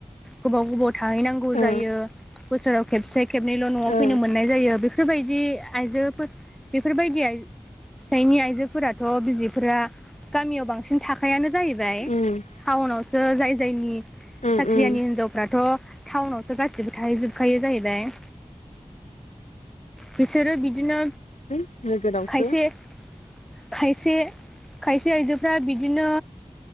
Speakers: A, in the centre; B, on the left.
A: गोबाव गोबाव थाहैनांगौ
B: ओ
A: जायो बोसोराव खेबसे खेबनैल' न'आव
B: ओ
A: फैनो मोन नाय जायो बेफोरबायदि आइजोफोर बेफोरबायदि आय फिसायनि आइजोफोराथ' बिजिफोरा गामियाव बांसिन थाखायानो जाहैबाय
B: उम
A: थाउनावसो जाय जायनि
B: उम
A: साख्रियानि
B: उम
A: हिनजावफ्राथ' थाउनावसो गासिबो थाहैजोबखायो जाहैबाय बिसोरो बिदिनो
B: है नोगोरावसो
A: खायसे खायसे खायसे आइजोफ्रा बिदिनो